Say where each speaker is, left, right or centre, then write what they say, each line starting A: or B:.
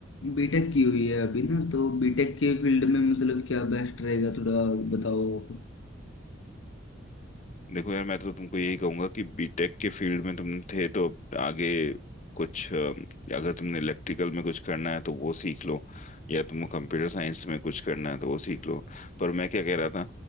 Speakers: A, on the left; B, on the left.
A: बीटेक की हुई है अभी ना तो बीटेक के फील्ड में मतलब क्या बेस्ट रहेगा थोड़ा बताओ आप।
B: देखो यार मैं तो तुमको यही कहूंगा कि बीटेक के फील्ड में तुम थे तो आगे कुछ अ, अगर तुमने इलेक्ट्रिकल में कुछ करना है तो वो सीख लो या तुमको कंप्यूटर साइंस में कुछ करना है तो वो सीख लो पर मैं क्या कह रहा था